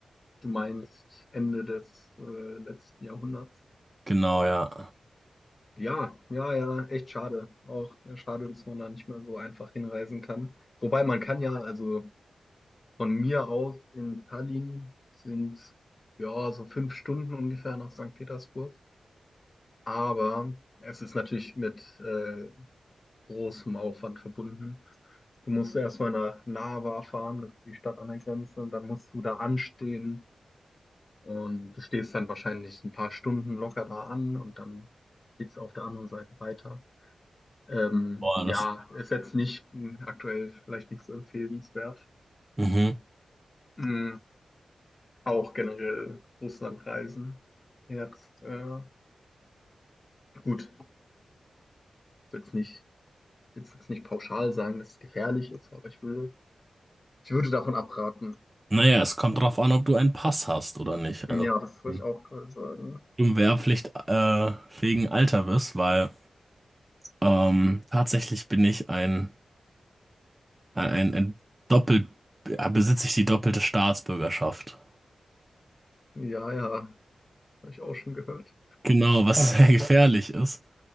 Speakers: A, on the left; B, on the right.
A: du meinst Ende des äh, letzten Jahrhunderts.
B: Genau, ja.
A: Ja, ja, ja, echt schade. Auch äh, schade, dass man da nicht mehr so einfach hinreisen kann. Wobei man kann ja, also Von mir aus in Tallinn sind ja so fünf Stunden ungefähr nach Sankt Petersburg. Aber es ist natürlich mit äh, großem Aufwand verbunden. Du musst erstmal nach Narva fahren, das ist die Stadt an der Grenze, und dann musst du da anstehen. Und du stehst dann wahrscheinlich ein paar Stunden locker da an und dann geht's auf der anderen Seite weiter. Ähm,
B: Boah,
A: ja,
B: das.
A: ist jetzt nicht mh, aktuell vielleicht nicht so empfehlenswert.
B: Mhm.
A: Mm, Auch generell Russlandreisen. Jetzt, äh, gut, ich will jetzt nicht, ich will jetzt nicht pauschal sagen, dass es gefährlich ist, aber ich würde, ich würde davon abraten.
B: Naja, es kommt drauf an, ob du einen Pass hast oder nicht.
A: Ja,
B: Also,
A: das
B: wenn
A: wollte ich
B: du
A: auch gerade sagen.
B: im Wehrpflicht äh, wegen Alter bist, weil ähm, tatsächlich bin ich ein, ein, ein doppelt, äh, besitze ich die doppelte Staatsbürgerschaft.
A: Ja, ja, habe ich auch schon gehört.
B: Genau, was sehr gefährlich ist.